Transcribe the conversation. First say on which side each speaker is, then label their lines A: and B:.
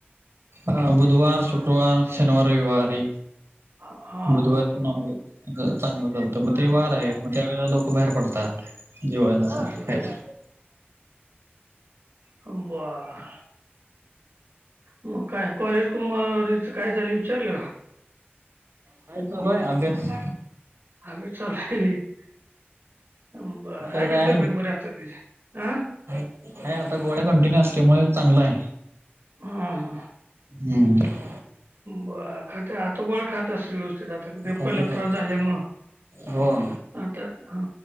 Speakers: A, on the right; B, on the right.
A: अ बुधवार, शुक्रवार, शनिवार, रविवारी.
B: हा हा
A: बुधवारच नॉनव्हेज चांगलं चालतं.
B: ब-
A: मग ते वार आहेत, मग त्यावेेळेला लोक बाहेर पडतात. जेवायसाठी,
B: असं
A: खायायसाठी
B: व्हय बरं. मग काय? कॉलेज कुमारीच काय झालंय विचारलं का?
A: काय चालू हाय अभ्यास
B: अभ्यास चालू हाय, व्हय हम बरं,
A: काय
B: हाय
A: जाया
B: का तब्येत बरी आता तिची? हां.
A: नाही आता गोळ्या कंटिन्यू असल्यामुळे चांगलय.
B: उहु हू.
A: हम्म <unintelligible>
B: बरं, ती आता गोळ्या खात असल व्यवस्थित आता,
A: खाते
B: पहिला
A: खाते
B: त्रास झाल्यामुळ.
A: हो
B: आता, हा